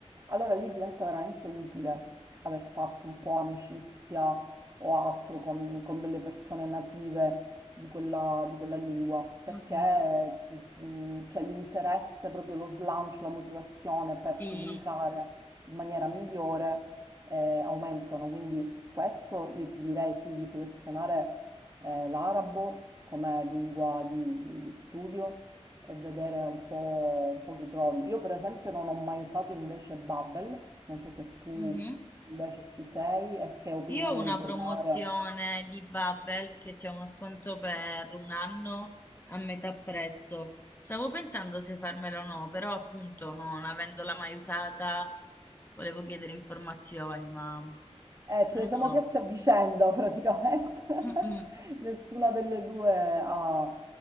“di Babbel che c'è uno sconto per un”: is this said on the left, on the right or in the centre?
Left